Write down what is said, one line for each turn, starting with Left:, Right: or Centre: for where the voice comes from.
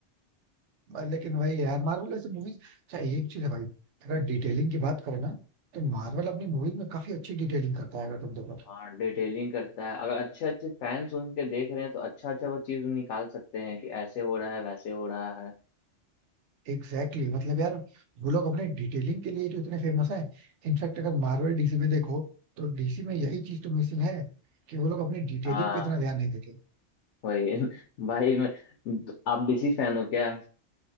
Right: लेकिन वही यार मार्वल ऐसे मूवीज अच्छा एक चीज है भाई अगर डिटेलिंग की बात करें ना तो मार्वल अपनी मूवीज में काफी अच्छी डिटेलिंग करता है अगर तुम देखो तो
Left: हाँ डिटेलिंग करता है अगर अच्छे अच्छे फैंस सुन के देख रहे हैं तो अच्छा अच्छा वो चीज निकाल सकते हैं कि ऐसे हो रहा है वैसे हो रहा है
Right: Exactly exactly. मतलब यार वो लोग अपने डिटेलिंग के लिए तो इतने फेमस हैं इनफैक्ट अगर मार्वल डीसी में देखो तो डीसी में यही चीज तो मिसिंग है कि वो लोग अपनी डिटेलिंग
Left: हाँ
Right: पे इतना ध्यान नहीं देते
Left: वही <laughs> भाई मैं तो आप डीसी फैन हो क्या